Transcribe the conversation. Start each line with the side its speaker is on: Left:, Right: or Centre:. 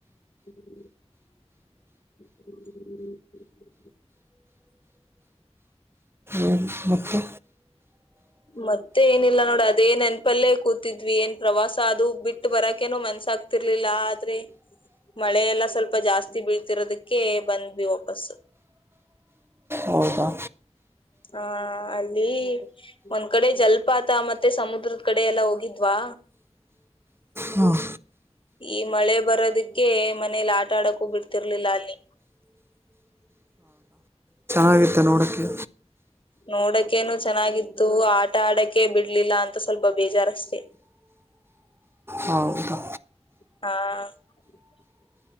Left: <inaudible> <unintelligible>
Right: ಏನ್ ಮತ್ತೆ
Left: ಮತ್ತೆ ಏನಲ್ಲ ಅದೇ ನೆನಪಲ್ಲಿ ಕುಂತಿದ್ವಿ ಎನ್ ಪ್ರವಾಸ ಬಿಟ್ಟು ಬರೋಕೆ ಮನಸ್ಸಾಗಲಿಲ್ಲ ಆದರೆ ಮಳೆಯಲ್ಲ ಜಾಸ್ತಿ ಬೀಳು ಸಲೊವಾಗಿ ಬಂದೆ ವಾಫೀಸ್
Right: ಹೌದಾ
Left: ಹಾ ಅಲ್ಲಿ ಒಂದ್ ಕಡೆ ಜಲಪಾತ ಮತ್ತೆ ಸಮುದ್ರ ಕಡೆ ಹೋಗಿದ್ವಾ
Right: ಹಾಂ
Left: ಈ ಮಳೆ ಬರೋದಿಕ್ಕೆ ಮನೆಯಲ್ಲಿ ಆಟ ಆಡೋಕೆ ಬಿಡುತ್ತಿರಲಿಲ್ಲ ಅಲ್ಲಿ
Right: ಚೆನ್ನಾಗಿತ್ತಾ ನೋಡಕ್ಕೆ
Left: ನೋಡೋಕೆ ಏನು ಚೆನ್ನಾಗಿತ್ತು ಆಟ ಆಡೋಕೆ ಬಿಡ್ಲಿಲ್ಲ ಅಂತ ಸ್ವಲ್ಪ ಬೇಜಾರ್ ಅಷ್ಟೇ
Right: ಹೌದಾ
Left: <unintelligible>